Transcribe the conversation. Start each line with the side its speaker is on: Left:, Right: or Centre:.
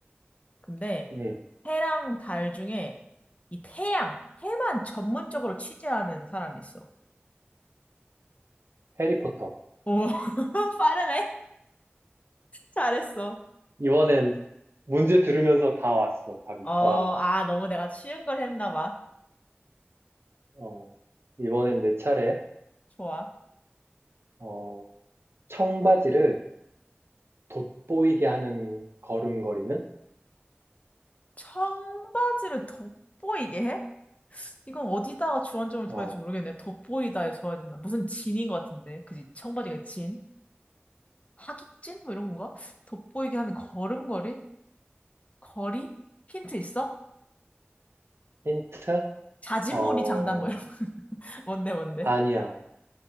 Left: 근데
Right: 응,
Left: 해랑 달 중에 이 태양, 해만 전문적으로 취재하는 사람이 있어.
Right: 해리포터.
Left: 오, <laughs> 빠르네. 잘했어.
Right: 이번엔 문제 들으면서 다 왔어, 답이.
Left: 어,
Right: 와,
Left: 아, 너무 내가 쉬운 걸 했나 봐.
Right: 어, 이번엔 내 차례.
Left: 좋아.
Right: 어, 청바지를 돋보이게 하는 걸음걸이는?
Left: 청바지를 돋보이게 해? 이건 어디다가 주안점을
Right: 어,
Left: 둬야 할지 모르겠네. 돋보이다에 줘야 되나? 무슨 진인 것 같은데. 그지? 청바지가 진? 하깃진? 뭐 이런 건가? 돋보이게 하는 걸음걸이? 거리? 힌트 있어?
Right: 힌트?
Left: 자진몰이
Right: 어,
Left: 장단 뭐 이런 거. <laughs> 뭔데 뭔데?
Right: 아니야.